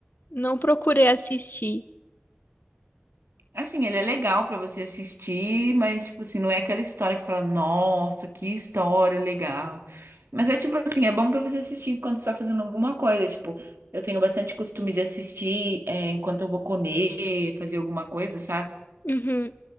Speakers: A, on the left; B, on the right.
A: não procurei assistir.
B: Assim, ele é legal pra você assistir, mas, tipo assim, não é aquela história que fala, nossa, que história legal. Mas é tipo assim, é bom pra você assistir enquanto você tá fazendo alguma coisa. Tipo, eu tenho bastante costume de assistir, é, enquanto eu vou comer, fazer alguma coisa, sabe?
A: Uhum.